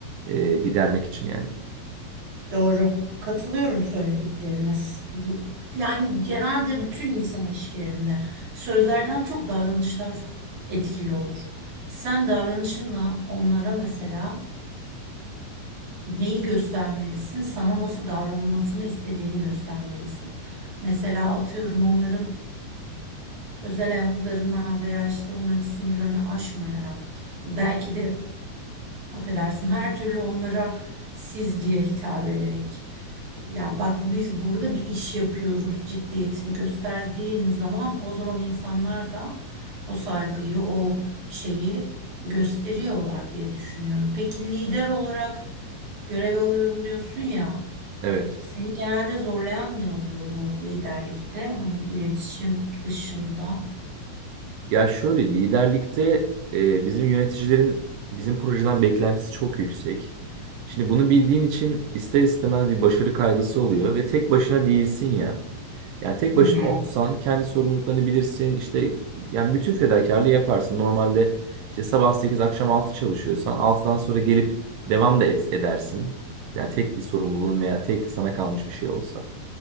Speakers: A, on the right; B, on the right.
A: e, gidermek için yani.
B: Doğru. Katılıyorum söyledikleriniz. L- Yani genelde bütün insan ilişkilerinde sözlerden çok davranışlar etkili olur. Sen davranışınla onlara mesela neyi göstermelisin, sana nasıl davranılmasını istediğini göstermelisin. Mesela atıyorum onların özel hayatlarına veya işte onların sınırlarını aşmayarak belki de affedersin her türlü onlara siz diye hitap ederek ya bak biz burada bir iş yapıyoruz ciddiyetini gösterdiğin zaman o zaman insanlar da o saygıyı o şeyi gösteriyorlar diye düşünüyorum. Peki lider olarak görev alıyorum diyorsun ya
A: Evet.
B: seni genelde zorlayan ne oluyor bu liderlikte hani iletişim dışında?
A: Ya şöyle liderlikte e, bizim yöneticilerin bizim projeden beklentisi çok yüksek. Şimdi bunu bildiğin için ister istemez bir başarı kaygısı oluyor ve tek başına değilsin ya. Yani tek
B: Hı
A: başına
B: hı.
A: olsan kendi sorumluluklarını bilirsin işte yani bütün fedakarlığı yaparsın. Normalde işte sabah 8 akşam 6 çalışıyorsan altıdan sonra gelip devam da et, edersin. Yani tek bir sorumluluğun veya tek sana kalmış bir şey olsa.